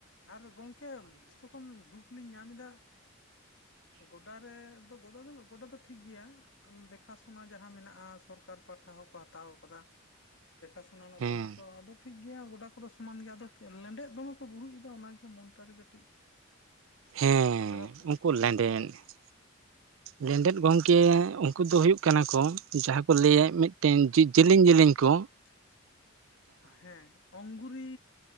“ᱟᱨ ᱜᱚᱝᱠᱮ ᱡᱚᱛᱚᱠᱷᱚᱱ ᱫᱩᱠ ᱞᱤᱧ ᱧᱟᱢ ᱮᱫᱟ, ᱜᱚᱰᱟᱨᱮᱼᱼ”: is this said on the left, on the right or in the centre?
Left